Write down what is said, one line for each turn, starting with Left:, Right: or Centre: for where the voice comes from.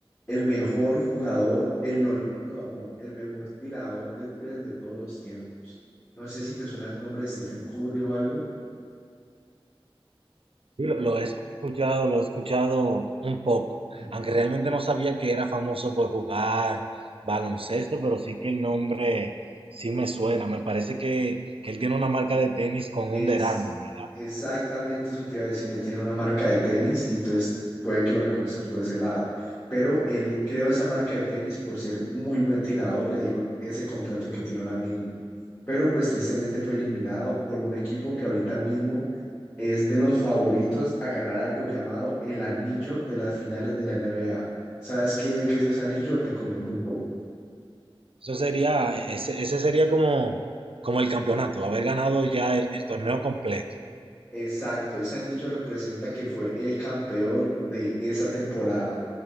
Left: el mejor jugador, el no, no jugador, no, el mejor tirador de tres de todos los tiempos. No sé si te suena el nombre de Stephen Curry o algo.
Right: Sí, lo, lo he escuchado, lo he escuchado un poco,
Left: <clears throat>
Right: aunque realmente no sabía que era famoso por jugar baloncesto, pero sí que el nombre sí me suena. Me parece que, que él tiene una marca de tenis con
Left: Es
Right: Under Armour, ¿verdad?
Left: exactamente eso te iba a decir. Él tiene una marca de tenis y entonces puede que lo reconozcas por ese lado. Pero él creó esa marca de tenis por ser muy buen tirador. Le dieron ese contrato que tiene ahora mismo. Pero pues tristemente fue eliminado por un equipo que ahorita mismo es de los favoritos a ganar algo llamado el anillo de las finales de la NBA. ¿Sabes qué, qué es ese anillo? Te comento un poco.
Right: Eso sería, ese, ese sería como, como el campeonato, haber ganado ya el, el torneo completo.
Left: Exacto, ese anillo representa que fue el campeón de esa temporada.